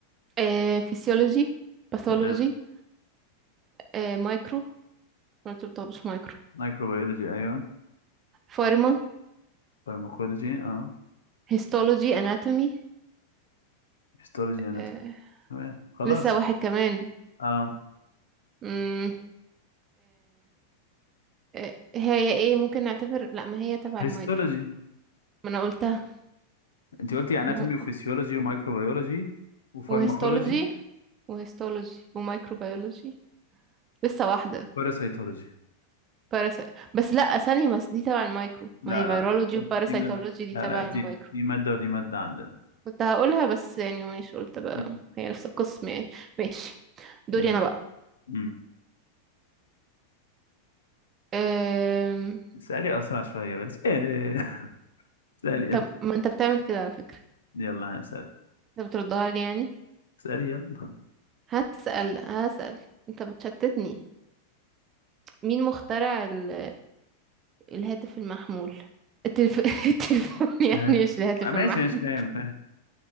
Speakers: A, on the right; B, on the left.
A: آه فيسيولوجي باثولوجي
B: تمام
A: آه مايكرو ما انتوا بتاخدوش مايكرو
B: مايكروبيولوجي ايوه
A: فارما
B: فارماكولوجي اه
A: هيستولوجي اناتومي
B: هيستولوجي اناتومي
A: آه
B: تمام خلاص
A: لسه واحد كمان
B: آه.
A: امم آه، هي ايه ممكن نعتبر لا ما هي تبع
B: هيستولوجي
A: المايكرو ما انا قلتها
B: انت قلتي اناتومي
A: ما هو
B: وفسيولوجي
A: آه،
B: ومايكروبيولوجي وفارماكولوجي
A: وهيستولوجي وهيستولوجي ومايكروبيولوجي لسه واحدة
B: وباراسيتولوجي
A: باراسي بس لا ثانية بس دي تبع المايكرو
B: لا
A: ما هي فيرولوجي
B: لا لا دي
A: وباراسيتولوجي
B: دي مادة
A: دي
B: لا
A: تبع
B: لا دي
A: المايكرو
B: دي مادة ودي مادة عندنا
A: كنت هقولها بس يعني مش قلت بقى
B: مم.
A: هي نفس القسم يعني ماشي دوري
B: مم.
A: انا بقى
B: مم.
A: أم...
B: اسألي أسرع شوية بلاش ايه <laughs> اسألي يلا
A: طب ما انت بتعمل كده على فكرة
B: يلا أنا هسأل
A: انت بتردها لي يعني
B: اسألي يلا
A: هسأل هسأل انت بتشتتني مين مخترع ال الهاتف المحمول التلف... <laughs> التليفون يعني
B: آه،
A: مش الهاتف
B: ماشي
A: المحمول
B: ماشي فاهم فاهم